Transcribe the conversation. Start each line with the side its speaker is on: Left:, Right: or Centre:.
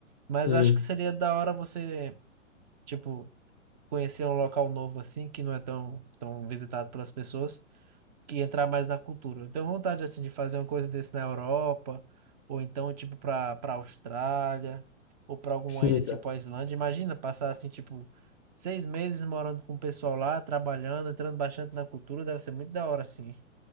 Right: Mas
Left: Sim,
Right: eu acho que seria da hora você, tipo, conhecer um local novo assim, que não é tão, tão visitado pelas pessoas. e entrar mais na cultura. Eu tenho vontade assim de fazer uma coisa desse na Europa, ou então tipo para para Austrália, ou para alguma
Left: sim,
Right: ilha tipo
Left: cara.
Right: a Islândia. Imagina passar assim tipo seis meses morando com o pessoal lá, trabalhando, entrando bastante na cultura, deve ser muito da hora assim.